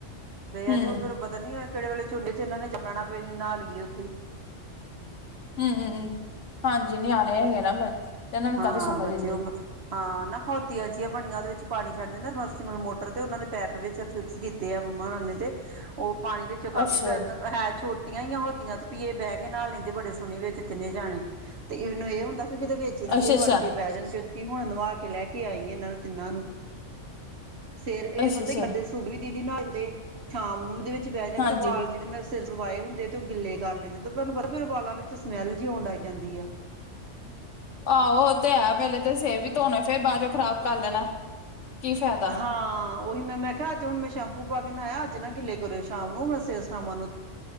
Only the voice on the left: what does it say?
ਹਮ
ਹੂੰ-ਹੂੰ-ਹੂੰ ਹਾਂਜੀ ਨਿਆਣੇ ਹੈਗੇ ਨਾ ਫਿਰ ਤੇ ਇਹਨਾਂ ਨੂੰ
ਕਾਹਦੀ ਸਮਝ
ਇੰਨੀ
ਅੱਛਾ-ਅੱਛਾ,
ਅੱਛਾ-ਅੱਛਾ,
ਅੱਛਾ-ਅੱਛਾ
ਹਾਂਜੀ
ਆਹੋ ਓ ਤੇ ਹੈ ਪਹਿਲੇ ਤੇ ਸਿਰ ਵੀ ਧੋਣੇ ਫੇਰ ਬਾਅਦ ਚੋਂ ਖ਼ਰਾਬ ਕਰ ਲੈਣਾ। ਕੀ ਫਾਇਦਾ